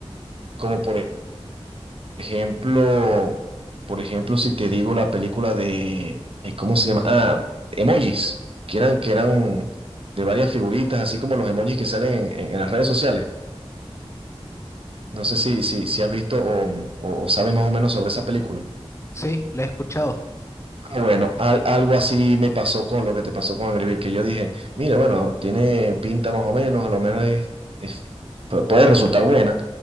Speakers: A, on the right (about 60°); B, on the left (about 25°).
A: como por ejemplo, por ejemplo, si te digo la película de, ay, ¿cómo se llama? Ah, emojis, que eran, que eran de varias figuritas, así como los emojis que salen en, en- las redes sociales. No sé si, si, si has visto o, o, o sabes más o menos sobre esa película.
B: Sí, la he escuchado.
A: Ah, Bueno, al- algo así me pasó con lo que te pasó con Angry Birds, que yo dije, mira, bueno, tiene pinta más o menos, a lo menos es, es- pu- puede resultar buena,